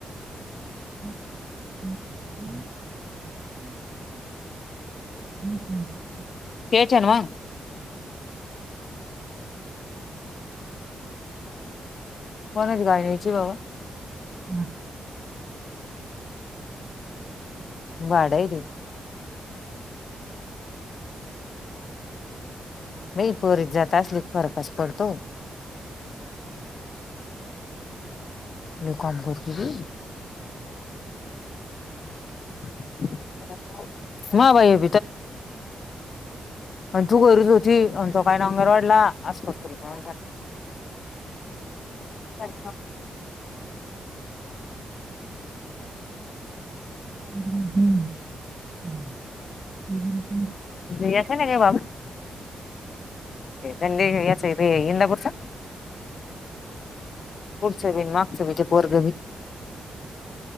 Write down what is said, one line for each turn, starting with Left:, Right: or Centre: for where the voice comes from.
Right: <unintelligible> <inaudible>
Left: घ्यायचे नव्ह. कोणच गायण्याची बाबा
Right: <unintelligible>
Left: वाड हाय ते. बाई पोरीची जात असली की फरकच पडतो लय काम करती की.. <inaudible> आणि तू गरीच होती तो काय ना अंगर वाढला असं करतोला अच्छा
Right: ह
Left: जायचं नाही का बाबा अंदच इंदापूरचा पुढसे बी मागसे मागचे बी पोरग बी